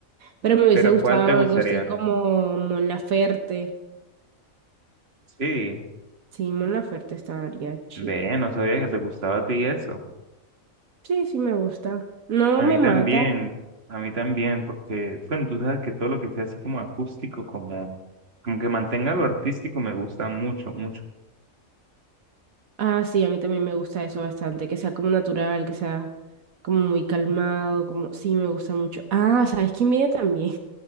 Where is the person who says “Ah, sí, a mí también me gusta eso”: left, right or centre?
Right